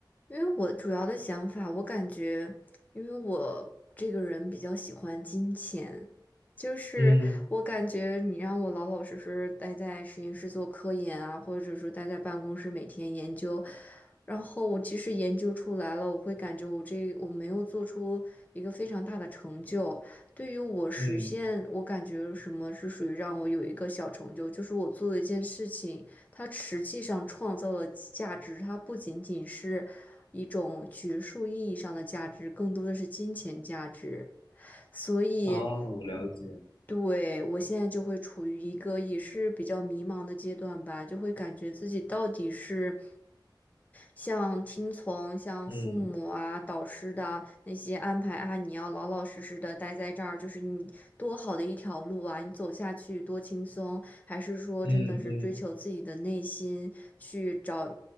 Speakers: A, on the left (about 20°); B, on the left (about 80°).
A: 因为我主要的想法，我感觉，因为我这个人比较喜欢金钱，就是我感觉你让我老老实实待在实验室做科研啊，
B: 嗯
A: 或者说待在办公室每天研究，然后我即使研究出来了，我会感觉我这我没有做出一个非常大的成就。对于我实现，
B: 嗯，
A: 我感觉什么是属于让我有一个小成就，就是我做了一件事情。它实际上创造的价值，它不仅仅是一种学术意义上的价值，更多的是金钱价值。所以，
B: 啊，我了解。
A: 对，我现在就会处于一个也是比较迷茫的阶段吧，就会感觉自己到底是像听从像父母啊、
B: 嗯
A: 导师的那些安排啊，你要老老实实的待在这儿，就是你多好的一条路啊，你走下去多轻松，还是说真的是追求自己的内心，
B: 嗯嗯
A: 去找